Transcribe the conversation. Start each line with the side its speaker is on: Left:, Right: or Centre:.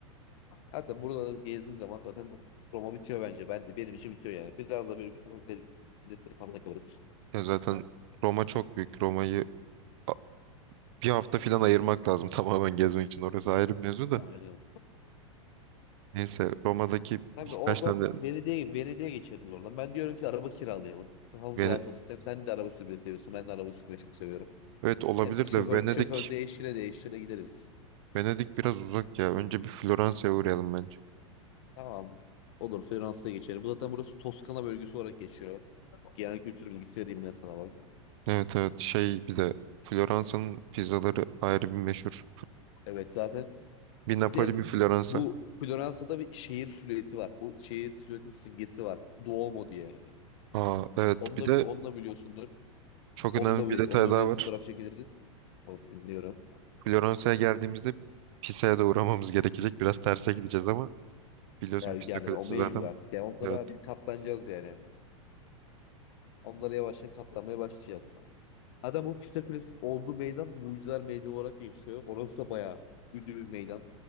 Left: Hatta buraları gezdiğin zaman zaten Roma bitiyor bence. Ben de benim için bitiyor yani. Biraz da böyle bir sokak lezzetleri falan da kalırız.
Right: Ya zaten Roma çok büyük. Roma'yı a- bir hafta falan ayırmak lazım <laughs> tamamen gezmek için. Orası ayrı bir mevzu da.
Left: Aynen.
Right: Neyse Roma'daki
Left: Kanka
Right: birkaç
Left: oradan
Right: tane
Left: Venedik'e Venedik'e geçeriz oradan. Ben diyorum ki araba kiralayalım. Kafamız
Right: Vene-
Left: rahat olsun. Hem sen de araba sürmeyi seviyorsun. Ben de araba sürmeyi çok seviyorum.
Right: evet olabilir
Left: Hem şoför
Right: de Venedik
Left: şoför değiştire değiştire gideriz.
Right: Venedik biraz uzak ya. Önce bir Floransa'ya uğrayalım bence.
Left: Tamam. Olur Fransa'ya geçelim. Bu zaten burası Toskana bölgesi olarak geçiyor. Genel kültür bilgisi vereyim ben sana bak.
Right: Evet evet şey bir de Floransa'nın pizzaları ayrı bir meşhur.
Left: Evet zaten.
Right: Bir Napoli
Left: Bir de
Right: bir Floransa.
Left: bu Floransa'da bir şehir silüeti var. Bu şehir silüeti simgesi var. Duomo diye.
Right: Aa evet
Left: Onu
Right: bir
Left: da,
Right: de
Left: onu da biliyorsundur.
Right: çok
Left: Onunla
Right: önemli bir
Left: bir,
Right: detay
Left: onun önüne
Right: daha
Left: bir
Right: var.
Left: fotoğraf çekiliriz. Onu Biliyorum.
Right: Floransa'ya geldiğimizde Pisa'ya da uğramamız gerekecek. Biraz terse gideceğiz ama biliyorsun
Left: Yani,
Right: Pisa
Left: yani
Right: Kulesi
Left: o mecbur
Right: zaten.
Left: artık. Yani onlara
Right: Evet.
Left: artık katlanacağız yani. Onlara yavaştan katlanmaya başlayacağız. Adam o Pisa Kulesi'nin olduğu meydan Mucizeler Meydanı olarak değişiyor. Orası da bayağı ünlü bir meydan.